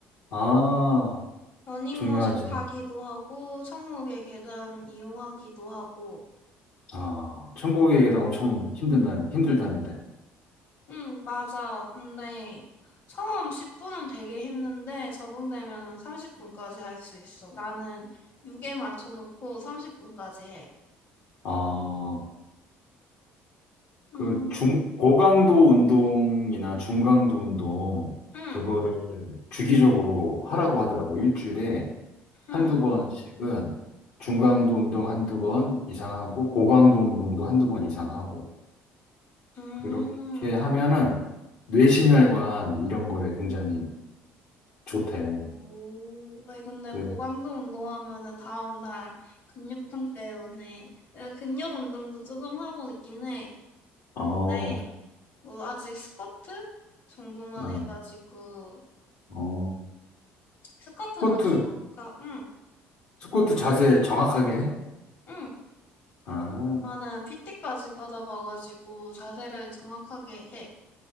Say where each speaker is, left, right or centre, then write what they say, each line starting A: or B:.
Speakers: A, on the left (about 70°); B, on the left (about 55°).
A: 아,
B: 러닝머신
A: 중요하지.
B: 타기도 하고, 천국의 계단 이용하기도 하고,
A: 아, 천국에계다 엄청 힘든다, 힘들다는데.
B: 응, 맞아. 근데 처음 10분은 되게 힘든데 적응되면은 30분까지 할 수 있어. 나는 6에 맞춰놓고 30분까지 해.
A: 아, 어. 그
B: 음,
A: 중, 고강도 운동이나 중강도 운동,
B: 응,
A: 그거를 주기적으로 하라고 하더라고. 일주일에
B: 응,
A: 한두 번씩은 중강도 운동
B: 음.
A: 한두 번 이상 하고, 고강도 운동도 한두 번 이상 하고.
B: 음.
A: 그렇게 하면은 뇌신혈관
B: 음.
A: 이런 거에 굉장히 좋대.
B: 오, 왜 근데
A: 그래서,
B: 고강도 운동하면은 다음날 근육통 때문에 내가 근력 운동도 조금 하고 있긴 해.
A: 어,
B: 근데 뭐 아직 스쿼트 정도만
A: 어,
B: 해가지고
A: 어.
B: 스쿼트만
A: 스쿼트,
B: 기구가 응.
A: 스쿼트 자세 정확하게 해?
B: 응,
A: 아,
B: 나는 PT까지 받아봐가지고 자세를 정확하게 해.